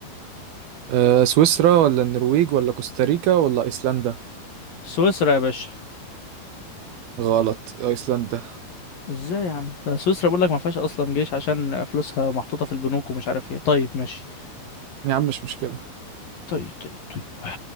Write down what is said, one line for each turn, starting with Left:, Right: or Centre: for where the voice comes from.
Right: آه سويسرا ولا النرويج ولا كوستاريكا ولا أيسلندا؟
Left: سويسرا يا باشا
Right: غلط أيسلندا
Left: ازاي يا عم ده سويسرا بقول لك ما فيهاش اصلا جيش عشان فلوسها محطوطة في البنوك ومش عارف ايه طيب ماشي
Right: يا عم مش مشكلة
Left: طيب طيب طيب <sighs>